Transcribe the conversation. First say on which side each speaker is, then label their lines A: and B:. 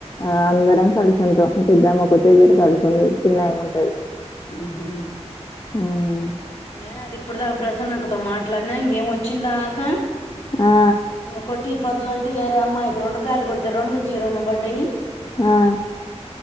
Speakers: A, on the left (about 35°); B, on the left (about 65°).
A: ఆ అందరం కలిసింటాం పెద్దమొక్కత్తే జర్ర కలిసి ఉండదు చిన్న ఆమె ఉంటది
B: మ్ హు
A: ఆ
B: నేను అది ఇప్పుడుదాకా ప్రసన్నకతో మాట్లాడినా ఇంకేం వచ్చిందాకా
A: ఆ
B: ఇంగ కొట్టి పొద్దు అంటే వేరే అమ్మాయికి రెండు కాయలు గొడితే రెండు జీరోనే బడ్డాయి
A: ఆ